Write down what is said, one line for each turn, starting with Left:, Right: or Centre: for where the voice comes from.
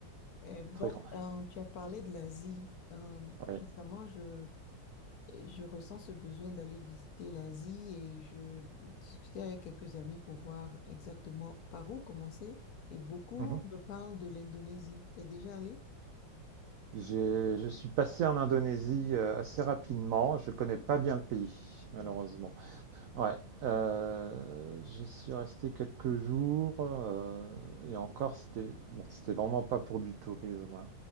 Left: Et donc,
Right: très grand.
Left: euh, tu as parlé de l'Asie. Euh,
Right: Ouais.
Left: récemment, je, je ressens ce besoin d'aller visiter l'Asie et je discutais avec quelques amis pour voir exactement par où commencer. Et beaucoup
Right: Mhm.
Left: me parlent de l'Indonésie. T'es déjà allé?
Right: J'ai- Je suis passé en Indonésie euh, assez rapidement. Je connais pas bien le pays, malheureusement.
Left: Mm.
Right: Ouais. Euh, je suis resté quelques jours euh, et encore, c'était bon, c'était vraiment pas pour du tourisme. hein.